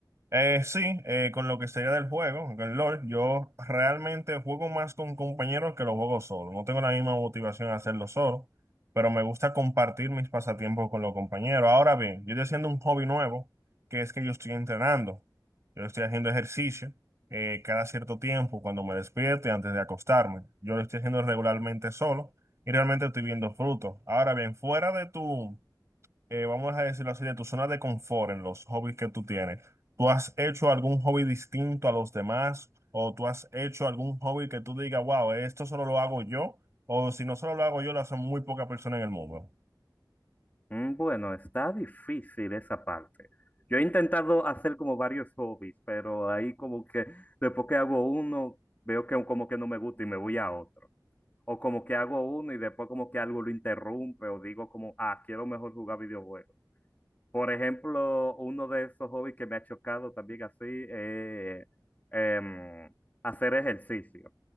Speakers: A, on the right; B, on the left.
A: Eh, sí, eh, con lo que sería del juego, con el LOL, yo realmente juego más con compañeros que lo juego solo. No tengo la misma motivación a hacerlo solo, pero me gusta compartir mis pasatiempos con los compañeros. Ahora bien, yo estoy haciendo un hobby nuevo, que es que yo estoy entrenando. Yo estoy haciendo ejercicio eh, cada cierto tiempo, cuando me despierto y antes de acostarme. Yo lo estoy haciendo regularmente solo y realmente estoy viendo frutos. Ahora bien, fuera de tu eh, vamos a decirlo así, de tu zona de confort en los hobbies que tú tienes. ¿Tú has hecho algún hobby distinto a los demás? ¿O tú has hecho algún hobby que tú digas, wow, esto solo lo hago yo? O si no solo lo hago yo, lo hacen muy pocas personas en el mundo.
B: Mm, Bueno, está difícil esa parte. Yo he intentado hacer como varios hobbies, pero ahí como que después que hago uno, veo que como que no me gusta y me voy a otro. O como que hago uno y después como que algo lo interrumpe o digo como, ah, quiero mejor jugar videojuegos. Por ejemplo, uno de esos hobbies que me ha chocado también así, eh, em, hacer ejercicio.